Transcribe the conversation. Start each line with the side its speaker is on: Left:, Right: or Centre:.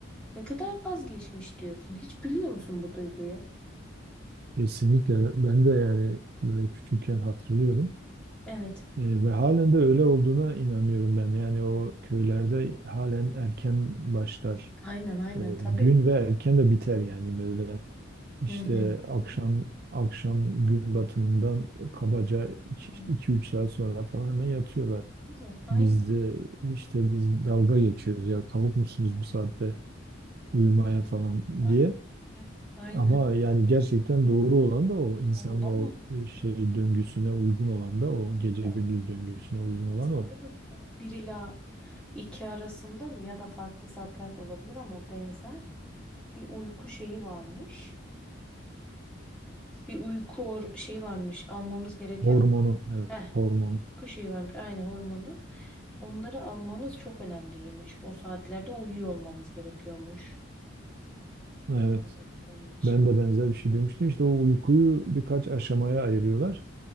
Centre: ne kadar az geçmiş diyorsun. Hiç biliyor musun bu duyguyu?
Right: kesinlikle ben de yani böyle küçükken hatırlıyorum.
Centre: Evet.
Right: E, ve halen de öyle olduğuna inanıyorum ben. Yani o köylerde halen erken başlar
Centre: Aynen aynen
Right: e, gün
Centre: tabii.
Right: ve erken de biter yani böyle işte
Centre: Hı hı.
Right: akşam akşam gün batımından kabaca
Centre: Evet.
Right: iki üç saat sonra falan hemen yatıyorlar.
Centre: Doğru. Aynen.
Right: Biz de işte biz dalga geçiyoruz ya tavuk musunuz bu saatte uyumaya falan
Centre: Aynen.
Right: diye.
Centre: Aynen.
Right: Ama yani gerçekten doğru olan da o insanın
Centre: Doğru olan
Right: o
Centre: o.
Right: e, şey döngüsüne uygun olan da o gece gündüz
Centre: O
Right: döngüsüne uygun olan
Centre: Sanırım
Right: o.
Centre: o bir ila iki arasında mı ya da farklı saatlerde olabilir ama benzer bir uyku şeyi varmış. Bir uyku or şeyi varmış. Almamız gereken
Right: Hormonu,
Centre: bir
Right: evet,
Centre: heh,
Right: hormonu.
Centre: uyku şeyi varmış. Aynı hormonu. Onları almamız çok önemliymiş. O saatlerde uyuyor olmamız gerekiyormuş.
Right: Evet,
Centre: Bunu alabilmemiz için.
Right: ben de benzer bir şey duymuştum. İşte o uykuyu birkaç aşamaya ayırıyorlar.